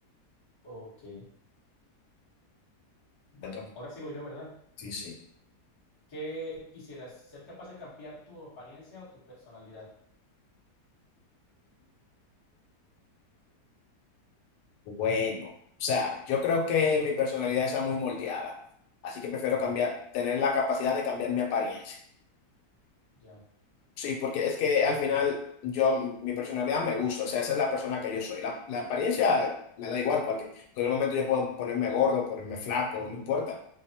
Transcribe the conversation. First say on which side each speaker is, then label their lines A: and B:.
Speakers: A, on the left; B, on the left.
A: ok. Bueno,
B: Te toca.
A: ahora sigo yo, ¿verdad?
B: Sí, sí.
A: ¿Qué quisieras? ¿Ser capaz de cambiar tu apariencia o tu personalidad?
B: Bueno, o sea, yo creo que mi personalidad está muy moldeada, así que prefiero
A: Ajá,
B: cambiar, tener la capacidad de cambiar mi apariencia.
A: ya,
B: Sí, porque es que al final yo, mi personalidad me gusta, o sea, esa es la persona que yo soy. La, la apariencia me da igual, cualquier, en cualquier momento yo puedo ponerme gordo, ponerme flaco, no importa,